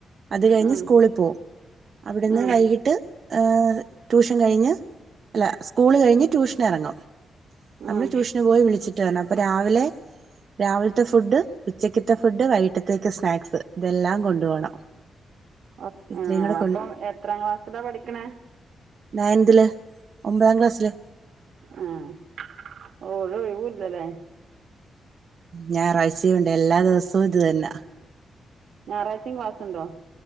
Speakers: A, on the right (about 50°); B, on the right (about 70°).
A: അത് കഴിഞ്ഞ്
B: ഉം
A: സ്കൂളി പോകും അവിടിന്ന്
B: ഉം
A: വൈകിട്ട് ഏഹ് ട്യൂഷൻ കഴിഞ്ഞ് അല്ല സ്കൂള് കഴിഞ്ഞ് ട്യൂഷൻ എറങ്ങും നമ്മള്
B: ഉം
A: ട്യൂഷന് പോയി വിളിച്ചിട്ട് വരണം അപ്പ രാവിലെ രാവിൽത്തെ ഫുഡ് ഉച്ചക്കത്തെ ഫുഡ് വൈകിട്ടത്തേക്ക് സ്നാക്സ് ഇതെല്ലാം കൊണ്ടു പോണം
B: ആ
A: ഇത്രയും കൂടെ
B: അപ്പൊ എത്രാം ക്ലാസ്സിലാ പഠിക്കണ
A: നയന്തില് ഒമ്പതാം ക്ലാസ്സില്.
B: ആഹ്‌ ഓരു ഒഴിവൂല്ലല്ലേ
A: ഞായറാഴ്ചയുണ്ട് എല്ലാ ദിവസവും ഇത് തന്ന
B: ഞായറാഴ്ച്ചിം ക്ലാസ്ണ്ടോ